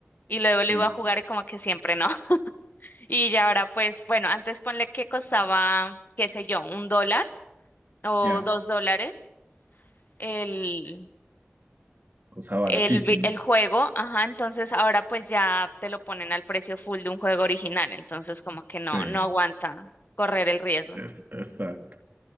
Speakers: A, on the left; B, on the right.
A: y luego
B: sí,
A: lo iba a jugar y como que siempre no. Y ya ahora, pues, bueno, antes ponle que costaba, qué sé yo, un dólar o
B: ya.
A: dos dólares el,
B: O sea, baratísimo.
A: el, vi- el juego, ajá, entonces ahora pues ya te lo ponen al precio full de un juego original, entonces como que
B: Sí,
A: no, no aguanta correr el riesgo.
B: es, exacto.